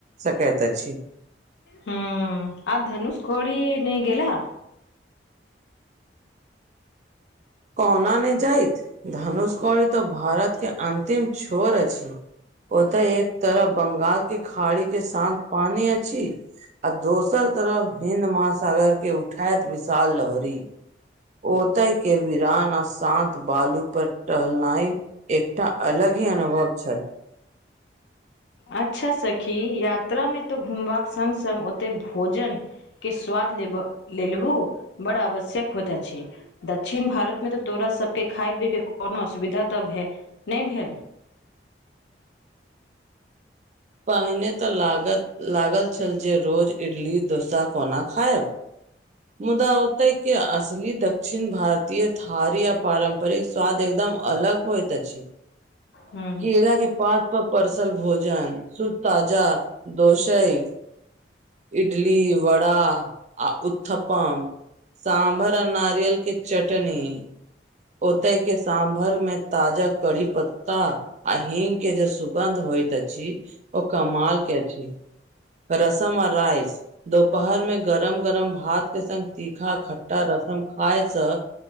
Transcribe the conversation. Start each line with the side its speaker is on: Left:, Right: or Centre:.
Right: सकैत अछी।
Left: हुं, आ धनुष कौड़ी ने गेलाऽ।
Right: कोना ने जायइत, धनुष कौरी तऽ भारत के अंतिम छोर अछि। ओतय एक तरफ बंगाल के खाड़ी के शांत पानी अछि। आ दोसर तरफ हिन्द महासागर के उठाइत विशाल लहरी। ओतय के वीरान आ शान्त बालू पर टहलनाई। एकटा अलग ही अनुभव छल।
Left: अच्छा सखी, यात्रा में तो घुमबाक संग-संग ओते भोजन। के स्वाद लेब लेलहु, बड्ड आवश्यक होइत अछि। दक्षिण भारत में तऽ तोरा सब के खाय -पियके कोनो असुविधा तऽ भे, नइ भेल।
Right: पहिने तऽ लागत, लागल छल जे रोज इडली-डोसा कोना खायब। मुदा ओत्ते के असली दक्षिण भारतीय थारी आ पारम्परिक स्वाद एकदम अलग। होयत अछि।
Left: हूँ
Right: केेला के पात पर परसल भोजन, शुद्ध, ताजा दोसई। इडली, वड़ा आ उत्थप्पम। साम्भर आ नारियल के चटनी। ओत्ते के साम्भर में ताजा कडी पत्ता। आ हींग के जे सुगन्ध होइत अछि, ओ कमाल के अछि। रस्म आ राइस। दोपहर में गरम-गरम भात के संग तीखा-खट्टा रसम खाय से।